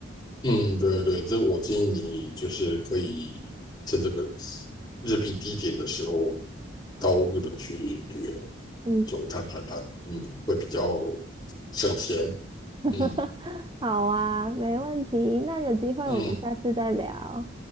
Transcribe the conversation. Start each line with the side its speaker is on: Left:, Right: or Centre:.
Left: 嗯，对对，这我建议你就是可以趁这个日币低点的时候到日本去旅游，
Right: 嗯，
Left: 走一趟看看，嗯，会比较省钱。
Right: <laughs>
Left: 嗯
Right: 好啊，没问题。那有机会我们下次再聊。
Left: 嗯